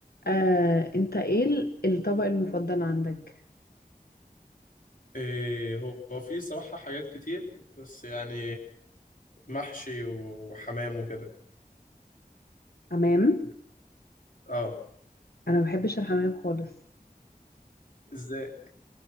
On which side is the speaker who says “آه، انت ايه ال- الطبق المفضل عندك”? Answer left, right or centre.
Left